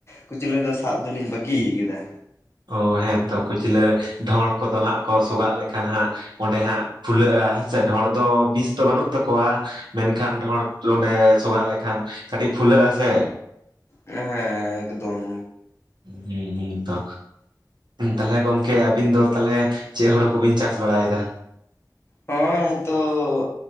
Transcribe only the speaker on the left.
ᱠᱩᱪᱞᱟᱹ ᱫᱚ ᱥᱟᱵ ᱫᱚ ᱞᱤᱧ ᱵᱟᱜᱤᱭ ᱠᱮᱫᱟ
ᱦᱮᱸ ᱮᱠᱫᱚᱢ
ᱦᱚᱸᱜᱼᱚᱭ ᱱᱤᱛᱳᱜ